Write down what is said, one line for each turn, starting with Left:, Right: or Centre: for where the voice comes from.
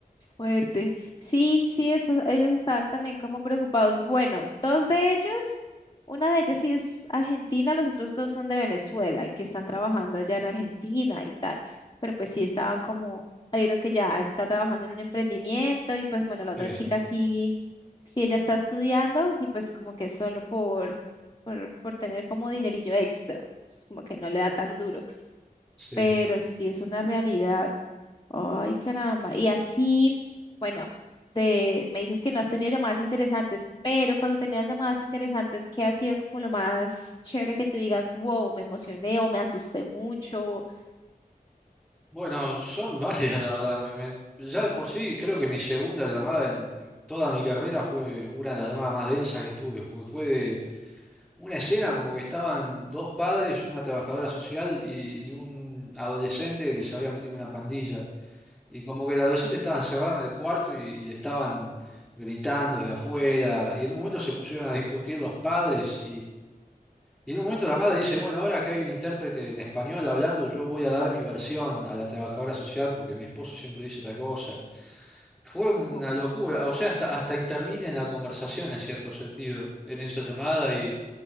Left: Fuerte. Sí, sí, eso, ellos estaban también como preocupados. Bueno, dos de ellos, una de ellas sí es argentina, los otros dos son de Venezuela y que están trabajando allá en Argentina y tal. Pero pues sí estaban como, hay uno que ya está trabajando en un emprendimiento y pues bueno, la otra
Centre: Sí,
Left: chica
Centre: sí.
Left: sí, sí, ella está estudiando y pues como que solo por, por, por tener como dinerillo extra, entonces, como que no le da tan duro
Centre: Sí.
Left: pero sí es una realidad. Ay, caramba. Y así, bueno, de, me dices que no has tenido llamadas interesantes, pero cuando tenías llamadas interesantes, ¿qué ha sido como lo más chévere que tú digas, wow, me emocioné o me asusté mucho?
Centre: Bueno, son <laughs> varias, la verdad. Me- me- ya de por sí, creo que mi segunda llamada en, en toda mi carrera fue una de las llamadas más densas que tuve, porque fue de una escena como que estaban dos padres, una trabajadora social y, y un adolescente que se había metido en una pandilla. Y como que el adolescente estaba encerrado en el cuarto y, y le estaban gritando desde afuera. Y en un momento se pusieron a discutir los padres y en un momento la madre dice, bueno, ahora que hay un intérprete en español hablando, yo voy a dar mi versión a la trabajadora social porque mi esposo siempre dice otra cosa. Fue una
Left: Wow.
Centre: locura, o sea, hasta, hasta intervine en la conversación en cierto sentido, en esa llamada y